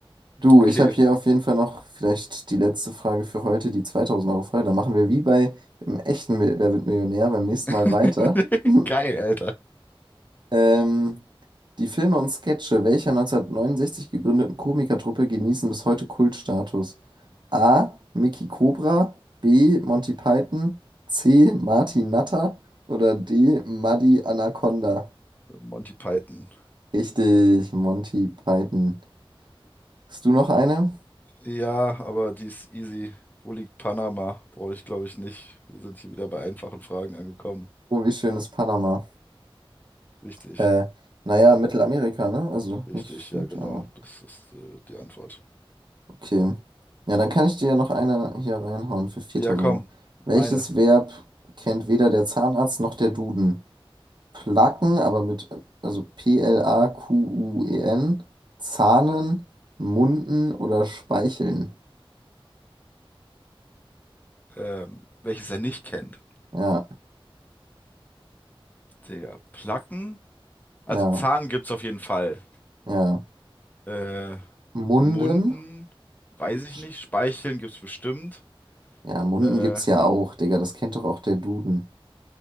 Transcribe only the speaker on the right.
Du,
ich habe hier auf jeden Fall noch vielleicht die letzte Frage für heute, die 2000-Euro-Frage. Dann machen wir wie bei im echten Mil- Wer wird Millionär beim nächsten
Mal weiter. <laughs>
Ähm, die Filme und Sketche welcher 1969 gegründeten Komikertruppe genießen bis heute Kultstatus? A. Mickey Cobra, B. Monty Python, C. Martin Natter oder D. Muddy Anaconda?
Richtig, Monty Python. Hast du noch eine?
Oh, wie schön ist Panama.
Äh, naja, Mittelamerika, ne? Also
nicht Südamerika.
Okay. Ja, dann kann ich dir ja noch eine hier reinhauen für viertausend
Euro. Welches
Verb kennt weder der Zahnarzt noch der Duden? Placken, aber mit, also P-L-A-Q-U-E-N, Zahnen, Munden oder Speicheln?
Ja,
ja,
ja.
Munden?
Sch-
Ja, Munden
gibt's ja auch, Digga, das kennt doch auch der Duden.